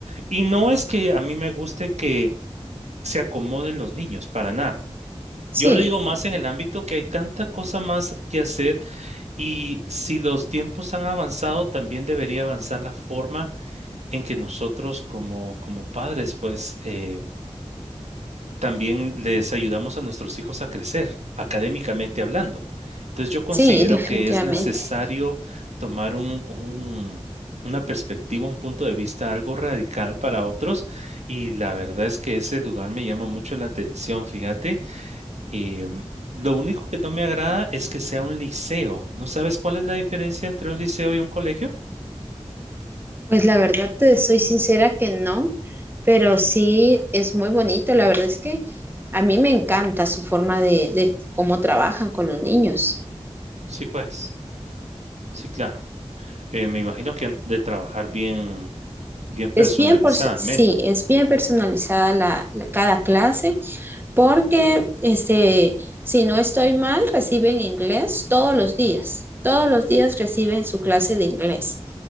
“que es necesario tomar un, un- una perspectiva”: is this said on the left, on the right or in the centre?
Right